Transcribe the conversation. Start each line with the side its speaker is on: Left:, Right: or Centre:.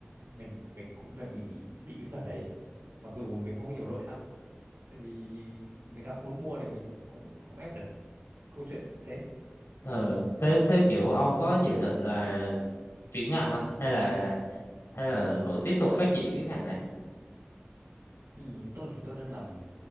Right: mình mình cũng phải bị bị cái phần đấy mặc dù mình không có nhiều lỗi lắm tại vì người ta không muốn mua thì mình cũng không ép được câu chuyện thế
Left: ừ thế thế kiểu ông có dự định là chuyển ngành không hay là hay là vẫn tiếp tục phát triển cái ngành này
Right: Ừ, tôi thì tôi đang làm